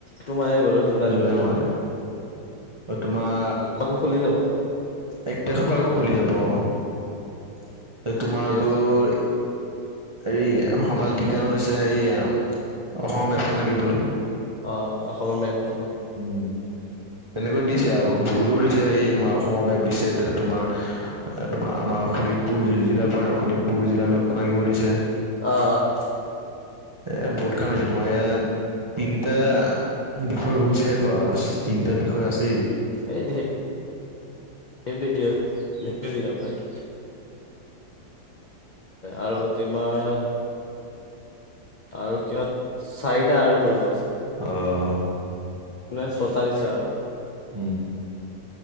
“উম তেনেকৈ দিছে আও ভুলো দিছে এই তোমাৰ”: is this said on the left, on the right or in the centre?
Right